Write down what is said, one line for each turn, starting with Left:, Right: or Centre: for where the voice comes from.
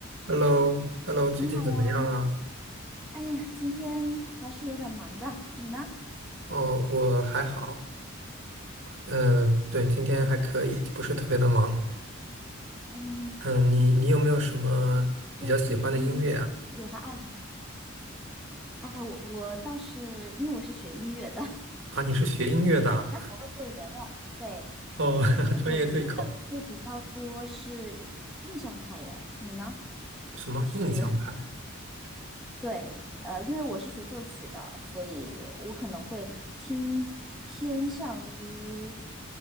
Right: Hello，Hello，最近怎么样啊？
Centre: 你好呀，哎呀，今天还是有点忙的，你呢？
Right: 哦，我还好，嗯、对，今天还可以，不是特别的忙。
Centre: 嗯，
Right: 嗯、
Centre: 你平时，
Right: 你你有没有什么比较喜欢的音乐啊？
Centre: 对，你平你平时有啥爱好？哎，我我倒是因为我是学音乐的，<laughs>
Right: 啊，你是学音乐的啊
Centre: 你刚好问对人了。对，
Right: <laughs> 哦，
Centre: 呃，
Right: <laughs>
Centre: 我听的会比较多是印象派耶，
Right: 专业对口，
Centre: 你呢？
Right: 什么印象派？
Centre: 就是 <laughs> 对，呃，因为我是学作曲的，所以我可能会听偏向于